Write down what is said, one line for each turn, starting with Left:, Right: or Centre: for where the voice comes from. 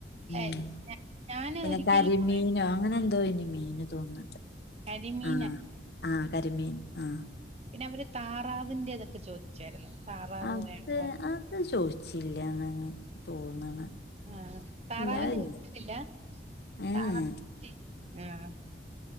Left: ഉം
Right: ഏയ് ഞാ- ഞാന്
Left: പിന്നെ
Right: ഒരിക്കലും
Left: കരിമീനോ
Right: പോയ
Left: അങ്ങനെ എന്തോ ഇനി മീന് തോന്നുന്നുണ്ട്
Right: കരിമീനായിരുന്നു
Left: ഉം ആ കരിമീൻ ആ
Right: പിന്നെ അവര് താറാവിന്റെതൊക്കെ ചോദിച്ചായിരുന്നു താറാവ്
Left: അത്
Right: വേണോ
Left: അത് ചോദിച്ചു ചോദിച്ചില്ലാന്ന് തോന്നണ്
Right: ആഹ താറാവിന്റെ
Left: ഇല്ലാതില്ല
Right: കഴപ്പം ഇല്ല
Left: ഏഹ്
Right: താറാ ആഹ്